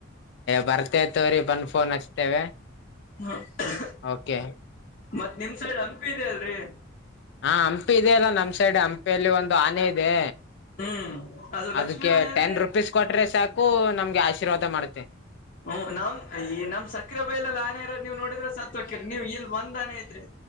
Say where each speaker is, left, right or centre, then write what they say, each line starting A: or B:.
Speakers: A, on the left; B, on the left.
A: ಬರ್ತೆ ತೋ--ರ್ರಿ ಬಂದ್ ಫೋನ್ ಹಚ್ತೇವೆ.
B: <unintelligible>
A: ಓಕೆ
B: ಮತ್ತ್ ನಿಮ್ ಸೈಡ್ ಹಂಪಿ ಇದೆ ಅಲ್ರಿ.
A: ಹಾ- ಹಂಪಿ ಇದೆ ಅಲ್ಲ ನಮ್ ಸೈಡ್ ಹಂಪಿಯಲ್ಲಿ ಒಂದು ಆನೆ ಇದೆ.
B: ಹ್ಮ್ ಅದು
A: ಅದಕ್ಕೆ
B: ಲಕ್ಷ್ಮೀ ಆನೆ ಅಲ್ರಿ
A: ಟೆನ್ ರುಪೀಸ್ ಕೊಟ್ರೆ ಸಾಕು ನಮ್ಗೆ ಆಶೀರ್ವಾದ ಮಾಡುತ್ತೆ.
B: ಹ್ಮ್- ನಾಮ್ ಈ ನಮ್ ಸಕ್ರೆ ಬೈಲಲ್ ಆನೆ ಇರೋದ್ ನೀವ್ ನೋಡಿದ್ರೆ ಸತ್ ಹೊಕ್ಕಿರಿ ನೀವ್ ಇಲ್ ಬಂದ್. ಒಂದ್ ಆನೆ ಐತ್ರಿ